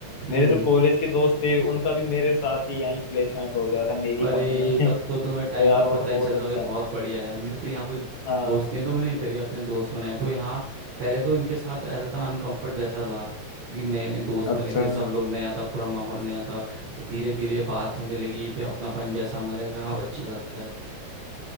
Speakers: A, on the right; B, on the left.
A: हम्म
B: मेरे जो कॉलेज के दोस्त थे उनका भी मेरे साथ ही यहीं प्लेसमेंट हो गया था मेरी
A: अरे
B: कंपनी में
A: तब
B: <laughs> तो
A: तो तुम्हें टाइम
B: यार
A: का पता
B: वो तो बहुत
A: ही चलता
B: अच्छा
A: होगा ये बहुत
B: है
A: बढ़िया है मेरे तो यहाँ कुछ
B: हाँ
A: दोस्त नहीं तो मैंने इधर ही अपने दोस्त बनाए तो यहाँ पहले तो इनके साथ ऐसा था अनकंफर्ट जैसा था क्योंकि नए नए दोस्त
B: अच्छा
A: बने थे सब लोग नया था पूरा माहौल नया था फिर धीरे धीरे बात होने लगी फिर अपनापन जैसा आने लगा अब अच्छा लगता है